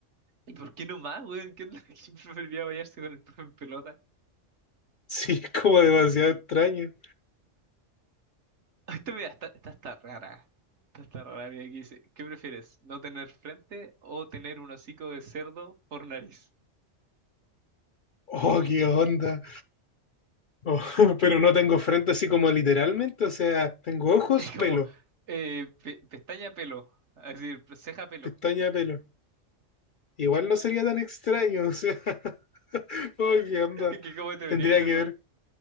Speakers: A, on the right (about 65°); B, on the left (about 60°).
A: ¿Y por qué nomás, weón? ¿Qué onda? <laughs> ¿Quién preferiría bañarse con el profe en pelota?
B: Sí, es como demasiado extraño.
A: Ah, Esta mira, está, esta está rara. Esta está rara, mira, aquí dice, ¿qué prefieres? ¿No tener frente o tener un hocico de cerdo por nariz? <laughs>
B: Oh, qué onda. Oh, <laughs> pero no tengo frente así como literalmente. O sea, tengo ojos,
A: Es como,
B: pelo,
A: eh, pe- pestaña pelo, es decir, ceja pelo.
B: pestaña, pelo. Igual no sería tan extraño. O sea, <laughs> oh, qué onda.
A: Es que cómo te verías,
B: Tendría
A: loco.
B: que ver.